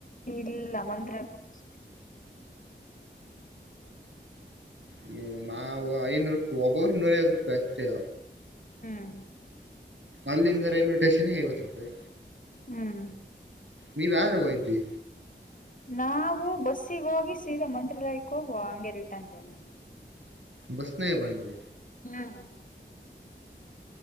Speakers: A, on the left (about 45°); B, on the right (about 85°).
A: ಇಲ್ಲ ಮಂತ್ರಲಯ ಅಷ್ಟೆ.
B: ಹ್ಮ್ ನವೋ ಐನೂರುಕ್ ಒಬಬ್ರಿಗ್ ನೂರಐವತ್ ರೂಪಾಯಿ ಅಷ್ಟೇಯ.
A: ಹ್ಮ್.
B: ಅಲ್ಲಿಂದ ರೈಲ್ವೆ ಸ್ಟೇಷನಿಗ್ ಐವತ್ ರೂಪಾಯಿ.
A: ಹ್ಮ್.
B: ನೀವ್ ಯದ್ರಾಗ್ ಹೋಗಿದ್ರಿ.
A: ನಾವು ಬಸ್ಸಿಗ್ ಹೋಗಿ ಸೀದಾ ಮಂತ್ರಾಲಯಕ್ಕೆ ಹೋಗ್ ಹಂಗೆ ರಿಟರ್ನ್ ಬಂದ್ವಿ.
B: ಬಸ್ನಾಗೆ ಬಂದ್ರ.
A: ಹ್ಮ.